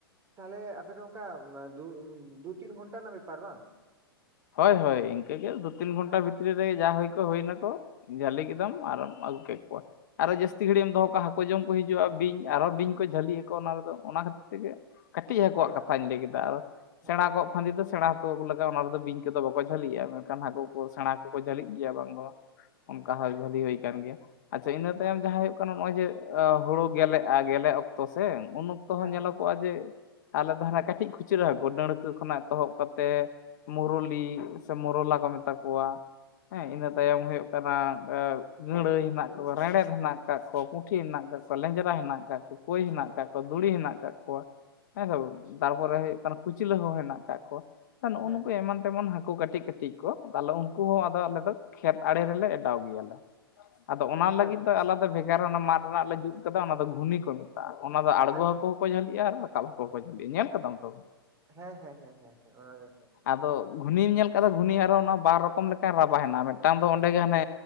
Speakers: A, on the right (about 25°); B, on the left (about 50°).
A: ᱛᱟᱦᱞᱮ ᱟᱯᱮ ᱫᱚ ᱚᱱᱠᱟ ᱫᱩ ᱫᱩ ᱛᱤᱱ ᱜᱷᱚᱱᱴᱟ ᱨᱮᱱᱟᱜ ᱵᱮᱯᱟᱨ ᱵᱟᱝ
B: ᱦᱳᱭ ᱦᱳᱭ ᱤᱱᱠᱟᱹ ᱜᱮ ᱫᱩ ᱛᱤᱱ ᱜᱷᱚᱱᱴᱟ ᱵᱷᱤᱛᱨᱤ ᱨᱮ ᱡᱟ ᱦᱳᱭᱠᱚ ᱦᱳᱭᱱᱟᱠᱚ ᱡᱷᱟᱹᱞᱤ ᱠᱮᱫᱟᱢ ᱟᱨᱮᱢ ᱟᱹᱜᱩ ᱠᱮᱫ ᱠᱚᱣᱟ ᱟᱨᱚ ᱡᱟᱹᱥᱛᱤ ᱜᱷᱟᱹᱲᱤᱡ ᱮᱢ ᱫᱚᱦᱚ ᱠᱚᱣᱟ ᱦᱟᱹᱠᱩ ᱡᱚᱢ ᱠᱚ ᱦᱤᱡᱩᱜᱼᱟ ᱵᱤᱧ ᱟᱨᱦᱚᱸ ᱵᱤᱧ ᱠᱚ ᱡᱷᱟᱹᱞᱤᱜ ᱟᱠᱚ ᱚᱱᱟ ᱨᱮᱫᱚ ᱚᱱᱟ ᱠᱷᱟᱹᱛᱤᱨ ᱛᱮᱜᱮ ᱠᱟᱹᱴᱤᱡ ᱦᱟᱠᱩᱣᱟᱜ
A: ᱟᱫᱚ
B: ᱠᱟᱛᱷᱟᱧ ᱞᱟᱹᱭ ᱠᱮᱫᱟ ᱟᱨ
A: ᱦᱮᱸ
B: ᱥᱮᱬᱟ ᱦᱟᱠᱩᱣᱟᱜ ᱯᱷᱟᱸᱫᱤᱛᱮ ᱥᱮᱬᱟ ᱦᱟᱠᱩ ᱠᱚ ᱞᱟᱜᱟᱼᱟ ᱚᱱᱟ ᱨᱮᱫᱚ ᱵᱤᱧ ᱩᱱᱟᱹᱠᱩ ᱫᱚ ᱵᱟᱠᱚ ᱡᱷᱟᱹᱞᱤᱜᱼᱟ ᱢᱮᱱᱠᱷᱟᱱ ᱦᱟᱹᱠᱩ ᱠᱚ ᱥᱮᱬᱟ ᱠᱚᱠᱚ ᱡᱷᱟᱹᱞᱤᱜ ᱜᱮᱭᱟ ᱵᱟᱝ ᱚᱱᱠᱟ
A: ᱟᱪᱪᱷᱟ
B: ᱦᱚ ᱡᱷᱟᱹᱞᱤ
A: ᱟᱪᱪᱷᱟ
B: ᱦᱩᱭ ᱠᱟᱱ ᱜᱮᱭᱟ ᱟᱪᱪᱷᱟ ᱤᱱᱟᱹᱛᱟᱭᱚᱢ
A: ᱟᱫᱚ
B: ᱡᱟᱦᱟᱭ᱾ ᱱᱚᱜᱼᱚᱭ ᱡᱮ ᱦᱩᱲᱩ ᱜᱮᱞᱮᱜᱼᱟ ᱜᱮᱞᱮ ᱚᱠᱛᱚ ᱥᱮ ᱩᱱ ᱚᱠᱛᱚ
A: ᱦᱮᱸ
B: ᱦᱚᱸ ᱧᱮᱞᱚᱜᱚᱜᱼᱟ
A: ᱦᱮᱸ
B: ᱡᱮ, ᱟᱞᱮ ᱫᱚ ᱦᱟᱱᱮ ᱠᱟᱹᱴᱤᱡ ᱠᱷᱩᱪᱨᱟᱹ ᱦᱟᱹᱠᱩ ᱰᱟᱹᱲᱠᱟᱹ ᱠᱷᱚᱱᱟᱜ ᱮᱛᱦᱚᱵ ᱠᱟᱛᱮᱫ ᱢᱩᱨᱩᱞᱤ ᱥᱮ ᱢᱚᱨᱚᱞᱟ ᱠᱚ ᱢᱮᱛᱟ ᱠᱚᱣᱟ ᱦᱮᱸ ᱤᱱᱟᱹ ᱛᱟᱭᱚᱢ ᱦᱩᱭᱩᱜ ᱠᱟᱱᱟ ᱮᱸᱜ ᱜᱟᱹᱲᱟᱹᱭ ᱦᱮᱱᱟᱜ ᱠᱚᱣᱟ ᱨᱮᱲᱮᱫ ᱦᱮᱱᱟᱜ ᱠᱟᱫ ᱠᱚᱣᱟ ᱯᱩᱴᱷᱤ ᱦᱮᱱᱟᱜ ᱠᱟᱫ ᱠᱚᱣᱟ ᱞᱮᱸᱡᱨᱟ ᱦᱮᱱᱟᱜ ᱠᱟᱫ ᱠᱚ ᱠᱳᱭ ᱦᱮᱱᱟᱜ
A: ᱦᱮᱸ
B: ᱠᱟᱜ ᱠᱚᱣᱟ ᱫᱩᱬᱤ ᱦᱮᱱᱟᱜ ᱠᱟᱜ ᱠᱚᱣᱟ ᱦᱮᱸ ᱥᱮ ᱛᱟᱨᱯᱚᱨᱮ ᱦᱩᱭᱩᱜ ᱠᱟᱱᱟ ᱠᱩᱪᱞᱟᱹ ᱦᱚᱸ ᱦᱮᱱᱟᱜ ᱠᱟᱜ ᱠᱚᱣᱟ ᱛᱟᱦᱟᱱ ᱱᱩᱜ-ᱩ
A: ᱦᱮᱸ
B: ᱱᱩᱠᱩ
A: ᱦᱮᱸ
B: ᱮᱢᱟᱱ ᱡᱮᱢᱚᱱ ᱦᱟᱹᱠᱩ ᱠᱟᱹᱴᱤᱡ ᱠᱟᱹᱴᱤᱡ ᱠᱚ ᱛᱟᱦᱞᱮ ᱩᱱᱠᱩ ᱦᱚᱸ ᱟᱫᱚ ᱟᱞᱮ ᱫᱚ ᱠᱷᱮᱛ ᱟᱲᱮ ᱨᱮᱞᱮ ᱚᱰᱟᱣ ᱜᱮᱭᱟᱞᱮ ᱟᱫᱚ ᱚᱱᱟ
A: ᱮᱴᱟᱜ
B: ᱞᱟᱹᱜᱤᱫ ᱫᱚ ᱛᱟᱞᱟᱛᱮ ᱵᱷᱮᱜᱟᱨ ᱚᱱᱟ ᱢᱟᱫ ᱨᱮᱱᱟᱜ ᱞᱮ ᱡᱩᱛ ᱟᱠᱟᱫᱟ ᱚᱱᱟ ᱫᱚ ᱜᱷᱩᱱᱤ ᱠᱚ ᱢᱮᱛᱟᱜᱼᱟ ᱚᱱᱟ ᱫᱚ ᱟᱬᱜᱚ
A: ᱟᱪᱪᱷᱟ
B: ᱦᱟᱹᱠᱩ ᱦᱚᱸᱠᱚ ᱡᱷᱟᱹᱞᱤᱜᱼᱟ ᱮᱭᱟ ᱟᱨ ᱨᱟᱠᱟᱵ ᱦᱟᱠᱳ ᱦᱚᱸᱠᱚ ᱡᱷᱟ. ᱞᱤᱜᱼᱟ ᱧᱮᱞ ᱠᱟᱫᱟᱢ ᱛᱚ
A: ᱦᱮᱸ ᱦᱮᱸ ᱦᱮᱸ ᱦᱮᱸ ᱦᱮᱸ ᱚᱱᱟ ᱜᱮᱛᱚ
B: ᱟᱫᱚ ᱜᱷᱩᱱᱤᱢ ᱧᱮᱞ ᱟᱠᱟᱫᱟ ᱜᱷᱩᱱᱤ ᱟᱨᱦᱚᱸ ᱚᱱᱟ ᱵᱟᱨ ᱨᱚᱠᱚᱢ ᱞᱮᱠᱟ ᱨᱟᱵᱟ ᱢᱮᱱᱟᱜᱼᱟ ᱢᱤᱫᱴᱟᱝ ᱫᱚ ᱚᱸᱰᱮ ᱜᱮ ᱦᱟᱱᱮ